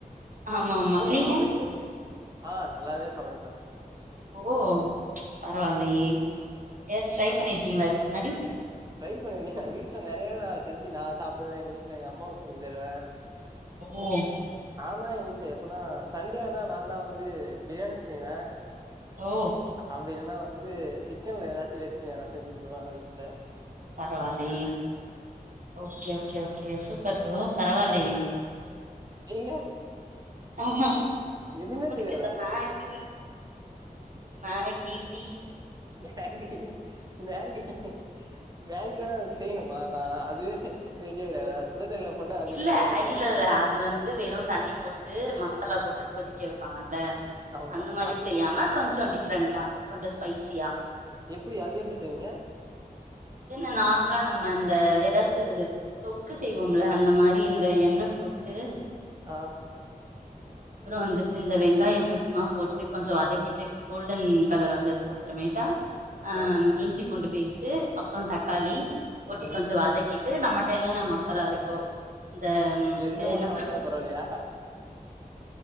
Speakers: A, on the right; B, on the right.
A: ஆமா ஆமா
B: ஓ
A: நீங்க
B: சமைக்க ஆ நல்லாவே சமைப்ப
A: ஓ பரவாயில்லயே ஏதாச்சு ட்ரை
B: ஆ
A: பண்ணிருக்கீங்களா இதுக்கு முன்னாடி
B: ட்ரை பண்ணியிருக்க வீட்டுல நெறையவே நா செஞ்சு நா சாப்புடுவ எங்க வீட்டுல எங்க அம்மாவுக்கு செஞ்சு தருவ
A: ஓ
B: நாதா எங்க வீட்டுல எப்பனா சண்டே ஆனா நா தா வந்து பிரியாணி செய்வ
A: ஓ
B: அப்டி இல்லன்னா வந்து சிக்கன்ல ஏதாச்சு ரெசிப்பி எதனா செஞ்சு கொடுப்ப வீட்டுல
A: பரவால்லயே okay okay okay super bro பரவால்லயே
B: நீங்க
A: ஆ
B: எதுமே
A: நம்மளுக்கு
B: தெரியாதா
A: இந்த மகி மகி டீ
B: மகி மகி மகில்லா செய்யணுமா அதுலா அதுவே ரெடி ஆகிறதா சுடு தண்ணீல போட்டா அதுவே சுடு தண்ணில போட்டா அதுவே
A: இல்ல
B: ரெடி ஆகிற
A: இல்ல
B: போகுது
A: இல்ல அது வந் வந்து வெறு தண்ணி போட்டு மசாலா போட்டு கொதிக்க வைப்பாங்கல்ல
B: ஆமா
A: அந்த மாதிரி
B: அது
A: செய்யாம கொஞ்சோ டிஃப்ரெண்டா கொஞ்சோ ஸ்பைசியா
B: எப்டி அது எப்டி செய்வீங்க
A: என்ன நார்மலா நம்ம இந்த ஏதாச்சு தொக்கு செய்வோம்ல அந்த மாதிரி இந்த எண்ண போட்டு
B: ஆ
A: அப்பற வந்துட்டு இந்த வெங்காய கொஞ்சமா போட்டு கொஞ்ச வதக்கிட்டு கோல்டன் கலர் வந்ததுக்கப் அப்பறமேட்டா அ
B: ஆ
A: இஞ்சி பூண்டு பேஸ்ட்டு அப்றோ தக்காளி போட்டு
B: ம்
A: கொஞ்சோ வதக் க்கிட்டு நம்மள்ட்ட என்னென்ன மசாலா இருக்கோ இந்த
B: எந்த
A: அது என்னப்பா
B: மசாலா இருந்தாலு பரவாயில்லையா